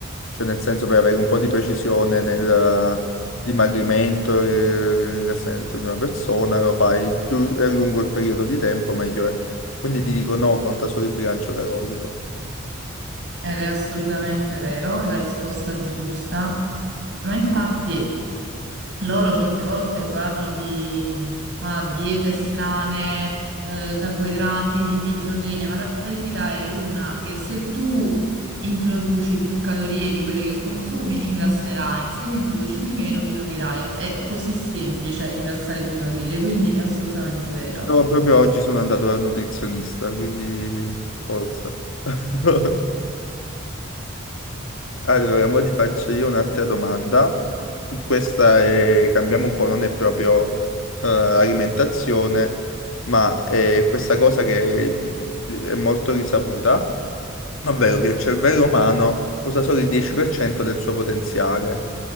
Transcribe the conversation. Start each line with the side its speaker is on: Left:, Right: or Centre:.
Left: cioè nel senso per avere un po' di precisione nel eh, dimagrimento e ringraziamento di una persona, lo fai più è lungo il periodo di tempo, meglio è. Quindi ti dico no, conta solo il bilancio calorico.
Right: Ed è assolutamente vero, è la risposta giusta, ma infatti loro certe volte parlano di fa diete strane, eh, carboidrati, lipidi, proteine, ma la verità è una che se tu introduci più calorie di quelle che consumi, ingrasserai, se ne introduci di meno, dimagrirai. È così semplice ingrassare e dimagrire, quindi è assolutamente vero.
Left: No, proprio oggi sono andato dal nutrizionista, quindi forza. <laughs> Allora, ora ti faccio io un'altra domanda. Questa è, cambiamo un po', non è proprio eh, alimentazione, ma è questa cosa che mh, è molto risaputa, ovvero che il cervello umano usa solo il 10% del suo potenziale.